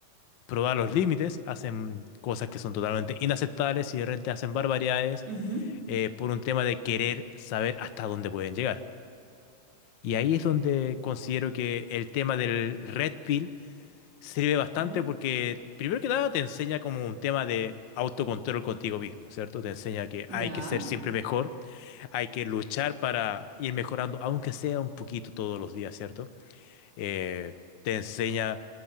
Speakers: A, on the left (about 85°); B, on the right (about 65°).
A: probar los límites, hacen cosas que son totalmente inaceptables y de repente hacen barbaridades
B: Ujú,
A: eh, por un tema de querer saber hasta dónde pueden llegar. Y ahí es donde considero que el tema del Red Pill sirve bastante
B: ujú.
A: porque primero que nada te enseña como un tema de autocontrol contigo mismo, ¿cierto? Te enseña que
B: Ya.
A: hay que ser siempre mejor, hay que luchar para ir mejorando, aunque sea un poquito todos los días, ¿cierto? Eh, te enseña